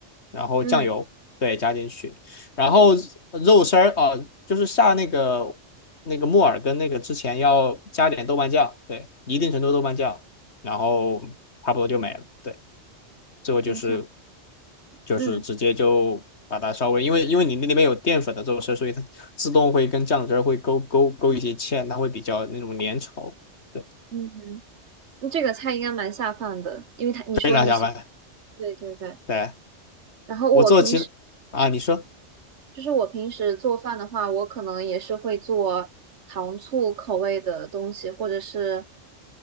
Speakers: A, on the left; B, on the right.
A: 然后酱油，
B: 嗯，
A: 对，加进去，然后肉丝儿啊、呃就是下那个那个木耳跟那个之前要加点豆瓣酱，对，一定程度豆瓣酱，然后差不多就没了，对，最后就是
B: 明确，
A: 就是直接就把它稍微，
B: 嗯
A: 因为因为你那里面有淀粉的这种事，所以它自动会跟酱汁儿会勾勾勾一些芡，它会比较那种粘稠，对，
B: 嗯，嗯这个菜应该蛮下饭的，因为他你说你喜欢，
A: 非常下饭。
B: 对对对。
A: 对，
B: 然后我平时
A: 我做其啊，你说
B: 就是我平时做饭的话，我可能也是会做糖醋口味的东西，或者是